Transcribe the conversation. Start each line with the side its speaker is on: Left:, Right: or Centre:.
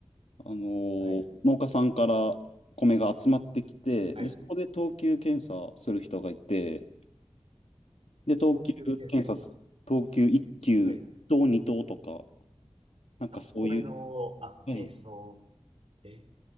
Left: あの、
Right: はい、
Left: 農家さんから米が集まってきて、
Right: はい。
Left: で、そこで等級検査する人がいて、で、等級検査す、
Right: 高級検査。
Left: 等級1級等2等とか、
Right: はい。
Left: なんかそういう、
Right: あ、米の、あ、
Left: はい、
Right: 検出の、え、